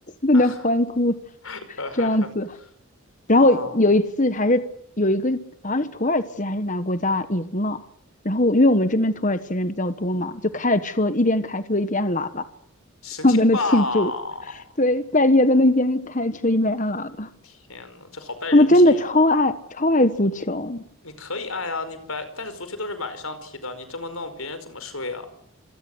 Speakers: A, on the left; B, on the left.
A: 在那欢呼
B: 啊，<laughs> 呵
A: 这样子。然后有一次还是有一个好像是土耳其还是哪个国家赢了，
B: 哦，
A: 然后因为我们这边土耳其人比较多嘛，就开着车一边开车一边按喇叭，
B: 神经吧！
A: 然后在那庆祝。对，半夜在那边开车一边按喇叭，
B: 天呐，这好败人品呀！
A: 他们真的超爱超爱足球。
B: 你可以爱啊，你白，但是足球都是晚上踢的，你这么弄，别人怎么睡啊？